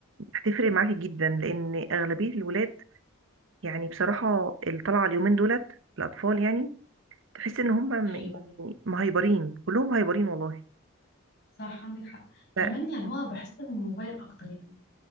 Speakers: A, on the right (about 65°); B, on the left (about 55°).
A: هتفرق معاكي جدا لان اغلبية الولاد يعني بصراحة اللي طالعة اليومين دولت الاطفال يعني تحس ان هم
B: ايوه
A: م- يعني
B: ايوه
A: مهيبرين كلهم هايبرين والله
B: صح عندك حق كمان
A: ف-
B: يعني هو بحس انه الموبايل اكتر يعني